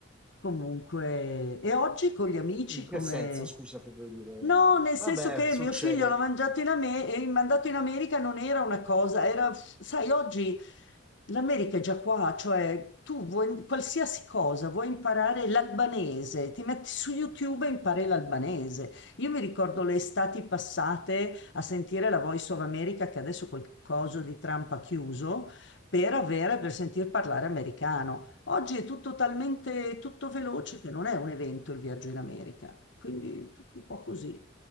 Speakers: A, on the left; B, in the centre.
A: Comunque, e oggi con gli amici
B: In
A: come...
B: che senso, scusa, che vuoi dire?
A: No, nel senso
B: Vabbè,
A: che
B: succede.
A: mio figlio l'ha mangiato in Ame- e mandato in America non era una cosa, era, sai, oggi l'America è già qua, cioè tu vuoi qualsiasi cosa, vuoi imparare l'albanese, ti metti su YouTube e impari l'albanese. Io mi ricordo le estati passate a sentire la Voice of America, che adesso quel coso di Trump ha chiuso, per avere, per sentir parlare americano. Oggi è tutto talmente tutto veloce che non è un evento il viaggio in America, quindi tutto un po' così.